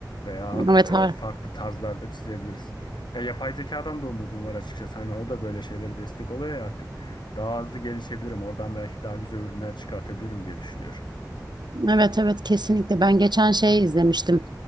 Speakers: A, on the left; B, on the right.
A: Veya
B: Evet, ha-
A: e, farklı tarzlarda çizebiliriz. Ya yapay zekadan da umudum var açıkçası. Hani o da böyle şeylere destek oluyor ya artık. Daha hızlı gelişebilirim. Oradan belki daha güzel ürünler çıkartabilirim diye düşünüyorum.
B: evet, evet kesinlikle. Ben geçen şey izlemiştim.